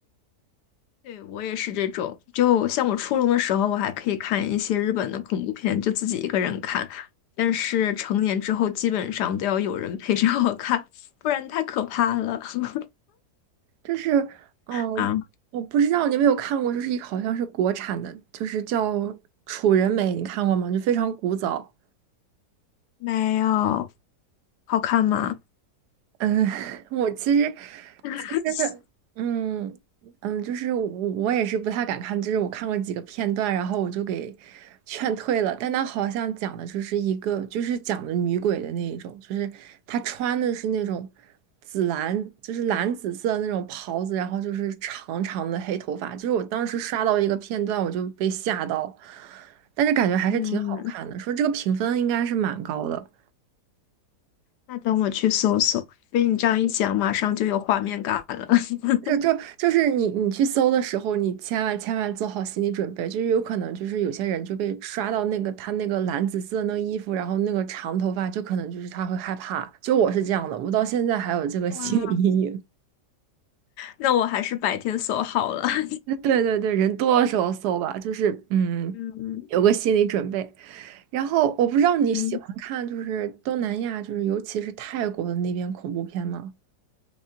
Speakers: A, on the left; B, on the right.
A: 对，我也是这种。就像我初中的时候，我还可以看一些日本的恐怖片，就自己一个人看。但是成年之后，基本上都要有人陪着我看，不然太可怕了。<laughs>
B: 就是，嗯，
A: 啊，
B: 我不知道你有没有看过，就是一个好像是国产的，就是叫《楚人美》，你看过吗？就非常古早。
A: 没有，好看吗？
B: 嗯，<laughs> 我其实
A: <laughs>
B: 其实，嗯嗯，就是我我也是不太敢看，就是我看过几个片段，然后我就给劝退了。但他好像讲的就是一个，就是讲的女鬼的那一种，就是她穿的是那种紫蓝，就是蓝紫色的那种袍子，然后就是长长的黑头发。就是我当时刷到一个片段，我就被吓到，但是感觉还是挺好看的，
A: 嗯，
B: 说这个评分应该是蛮高的。
A: 那等我去搜搜。被你这样一讲，马上就有画面感了。<laughs>
B: 就就就是你你去搜的时候，你千万千万做好心理准备，就是有可能就是有些人就被刷到那个他那个蓝紫色的那个衣服，然后那个长头发，就可能就是他会害怕。就我是这样的，我到现在还有这个心理阴影。
A: 哇，那我还是白天搜好了。<laughs>
B: <laughs> 对对对，人多的时候搜吧，就是嗯，
A: 嗯
B: 有个心理准备。然后我不知道你喜欢看就是东南亚，
A: 嗯。
B: 就是尤其是泰国的那边恐怖片吗？